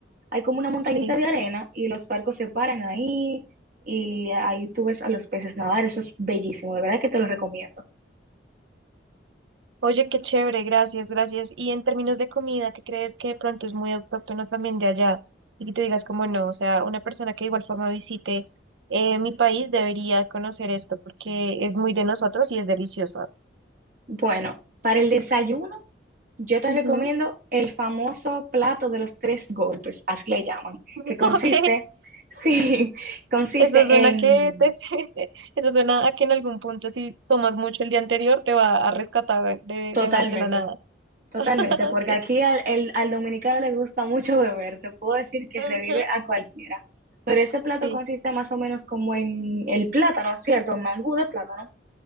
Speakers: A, on the right (about 45°); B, on the right (about 80°).
A: hay como una montañita
B: sí.
A: de arena y los barcos se paran ahí y ahí tú ves a los peces nadar. Eso es bellísimo, de verdad que te lo recomiendo.
B: Oye, qué chévere, gracias, gracias. Y en términos de comida, ¿qué crees que de pronto es muy autóctono también de allá? Y que tú digas como no, o sea, una persona que de igual forma visite eh, mi país debería conocer esto porque es muy de nosotros y es delicioso.
A: Bueno, para el desayuno, yo te
B: Ujú.
A: recomiendo el famoso plato de los tres golpes, así le llaman,
B: <laughs>
A: que consiste,
B: Ok,
A: <laughs> sí, consiste
B: eso suena
A: en
B: que te- <laughs> eso suena a que en algún punto si tomas mucho el día anterior te va a rescatar de, de,
A: totalmente,
B: de na- de la nada.
A: totalmente,
B: <laughs> Ok,
A: porque aquí al, el- al dominicano le gusta mucho beber, te puedo decir que
B: Ajá.
A: revive a cualquiera, pero ese plato
B: Sí,
A: consiste más o menos como en el plátano, ¿cierto? Un mangú de plátano,